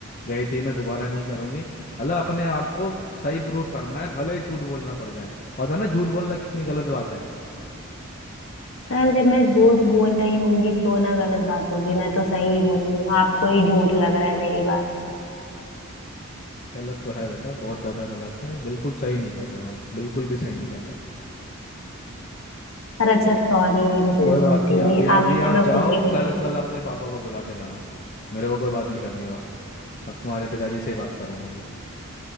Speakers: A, on the left; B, on the left.
A: गई थी मैं दोबारा नहीं करूंगी मतलब अपने आप को सही प्रूफ करना है भले ही झूठ बोलना पड़ जाए पता है ना झूठ बोलना कितनी गलत बात है
B: सर जब मैं झूठ बोल रही होंगी तो ना गलत बात होगी मैं तो सही ही बोल रही हूँ आपको ही झूठ लग रहा है मेरी बात
A: गलत तो है बेटा बहुत ज्यादा गलत है बिल्कुल सही नहीं कर रहे हो आप बिल्कुल भी सही नहीं कर रहे हो
B: सर अच्छा सॉरी मेरे से
A: कोई
B: जो
A: बात
B: गलती
A: नहीं
B: हुई
A: अभी अभी
B: आगे से
A: आप
B: मैं
A: जाओ
B: कुछ भी गलती
A: कल कल अपने पापा को बुला के लाना मेरे को कोई बात नहीं करनी और अब तुम्हारे पिताजी से ही बात करूंगा अभी